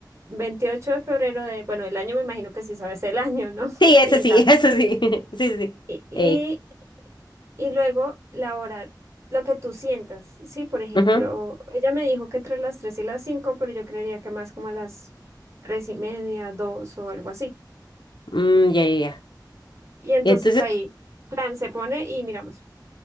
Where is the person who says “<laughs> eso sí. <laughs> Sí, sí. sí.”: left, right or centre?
Left